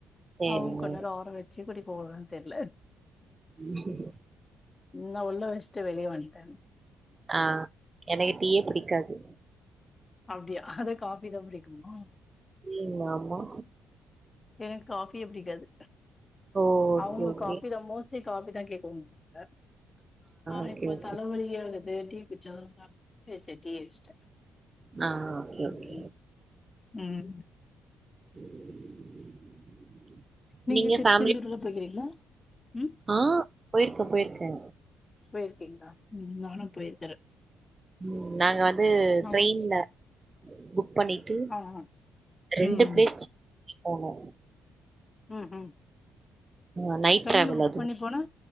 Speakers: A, on the right; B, on the left.
A: சரிங்க.
B: அவுங்க கொஞ்ச நேரம் ஆர வச்சு கூடிப்பாங்கன்னு தெரியல
A: உம்
B: நா உள்ள வெஷ்ட்டு வெளிய வந்ட்டேன்
A: ஆ எனக்கு டீயே பிடிக்காது
B: அப்படியா அத காஃபி தா பிடிக்குமா
A: உம் ஆமா
B: எனக்கு காஃபியே பிடிக்காது
A: ஓ! ஓகே,
B: அவுங்க
A: ஓகே.
B: காஃபி தா மோஸ்ட் ட்லி காஃபி தா கேக்குவாங்க ஆ
A: ஓகே,
B: இப்போ
A: ஓகே.
B: தலைவலி ஆகுது டீ குடிச்சா தா பேசிட் டீயே வச்சிட்டே
A: ஆ ஓகே, ஓகே.
B: ம் ம்
A: <inaudible> <unintelligible>
B: நீங்க திருச்செந்தூர்ல்லா
A: ஃபேமிலி
B: போய்க்கிறீங்களா ம்
A: ஆ போயிருக்கே போயிருக்கே
B: போயிருக்கீங்களா உம் நானு போயிருக்கறே
A: ம் நாங்க வந்து
B: ஆ
A: ட்ரெயின்ல
B: ஓ
A: புக் பண்ணிட்டு
B: ஆ ஆ
A: ரெண்டு
B: ம்
A: ப்ளேஸ் <inaudible> போனோ
B: ம் உம்
A: அ நைட்
B: ட்ரெயின்ல
A: டிராவல்
B: புக்
A: அதுவும்.
B: பண்ணி போனா